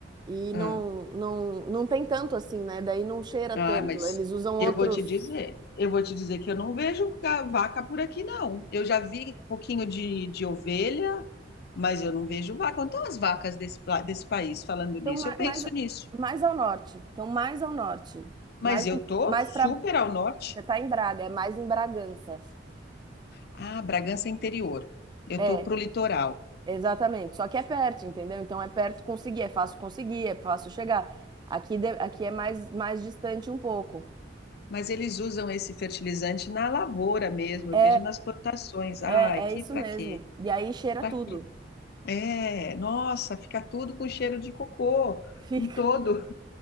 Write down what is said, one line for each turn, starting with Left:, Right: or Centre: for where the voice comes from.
Right: E
Left: ah.
Right: não, não, não tem tanto assim, né? Daí não cheira
Left: Ah,
Right: tanto.
Left: mas
Right: Eles usam
Left: eu
Right: outros.
Left: vou te dizer, eu vou te dizer que eu não vejo ga- vaca por aqui, não. Eu já vi um pouquinho de, de ovelha, mas eu não vejo vaca. Então, as vacas desse, pla- desse país, falando
Right: Então
Left: nisso,
Right: ma-
Left: eu penso
Right: mais,
Left: nisso.
Right: mais ao norte. Então mais ao norte.
Left: Mas
Right: Mais,
Left: eu
Right: em-
Left: tô
Right: mais
Left: super
Right: para.
Left: ao norte.
Right: Você tá em Braga, é mais em Bragança.
Left: Ah, Bragança é interior. Eu
Right: É.
Left: tô pro litoral.
Right: Exatamente, só que é perto, entendeu? Então é perto conseguir, é fácil conseguir, é fácil chegar. Aqui, de- aqui é mais, mais distante um pouco.
Left: Mas eles usam esse fertilizante na lavoura mesmo.
Right: É,
Left: Eu vejo nas plantações. Ai,
Right: é,
Left: que
Right: é isso
Left: pra
Right: mesmo.
Left: quê?
Right: E aí cheira
Left: Pra
Right: tudo.
Left: quê? É, nossa, fica tudo com cheiro de cocô
Right: <laughs>
Left: em
Right: Fica.
Left: todo.